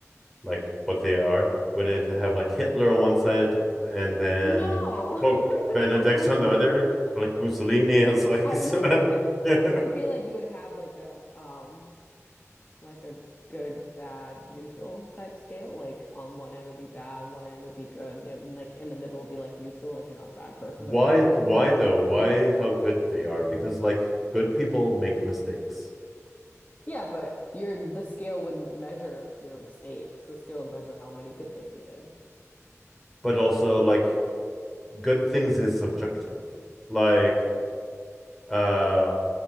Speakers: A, in the centre; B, on the left (about 30°).
A: like what they are? Would it have like Hitler on one side and then
B: No.
A: Pope
B: <laughs>
A: Benedict on the other, or, like Mussolini <laughs> as like
B: I've
A: so-
B: <laughs>
A: <laughs>
B: I feel like you would have like a um like a good, bad, neutral type scale. Like on one end would be bad, one end would be good, and, the- and like in the middle would be like neutral, like you're not a bad person,
A: why
B: but you're not like a great
A: why
B: person
A: though?
B: either.
A: Why how good they are? Because like good people make mistakes,
B: Yeah, but your the scale wouldn't measure your mistakes. The scale would measure how many good things you did.
A: but also like good things is subjective. Like uh